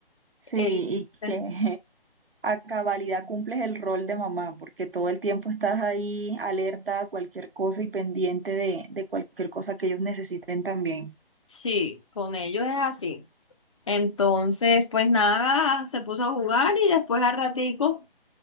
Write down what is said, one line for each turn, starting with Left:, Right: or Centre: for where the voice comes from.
Right: sí,
Left: El-
Right: y
Left: eh,
Right: que <laughs> a cabalidad cumples el rol de mamá, porque todo el tiempo estás ahí alerta a cualquier cosa y pendiente de, de cualquier cosa que ellos necesiten también.
Left: sí, con ellos es así. Entonces, pues nada, se puso a jugar y después al ratico.